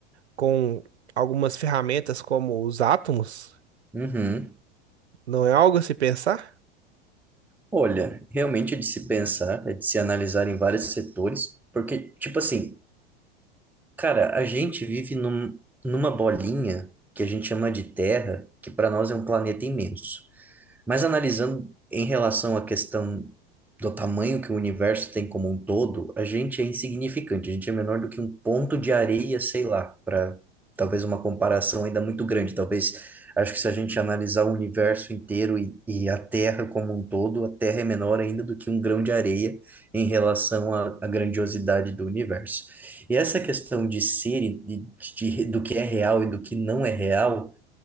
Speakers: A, on the right; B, in the centre.
A: com algumas ferramentas como os átomos,
B: Uhum.
A: não é algo a se pensar?
B: Olha, realmente é de se pensar, é de se analisar em vários setores, porque, tipo assim. Cara, a gente vive num, numa bolinha que a gente chama de Terra, que para nós é um planeta imenso. Mas analisando em relação à questão do tamanho que o universo tem como um todo, a gente é insignificante, a gente é menor do que um ponto de areia, sei lá, para talvez uma comparação ainda muito grande. Talvez, acho que se a gente analisar o universo inteiro e, e a Terra como um todo, a Terra é menor ainda do que um grão de areia em relação à, à grandiosidade do universo. E essa questão de ser e de, de- do que é real e do que não é real.